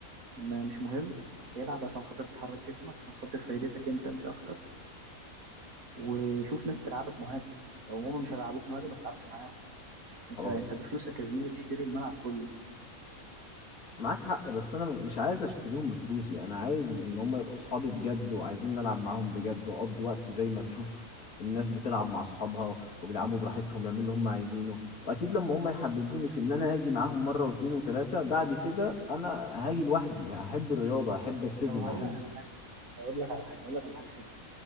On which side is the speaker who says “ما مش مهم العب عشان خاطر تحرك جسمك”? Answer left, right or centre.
Right